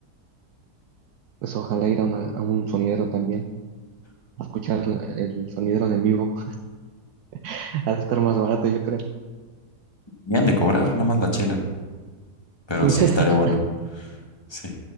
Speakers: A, on the right (about 75°); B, on the left (about 15°).
A: Pues ojalá ir a, una- a un sonidero también. A escuchar la- el sonidero de en vivo. <laughs> Ha de estar más barato, yo creo.
B: Ni han de cobrar, nada más la chela, pero
A: <laughs>
B: sí estaría bueno. Sí.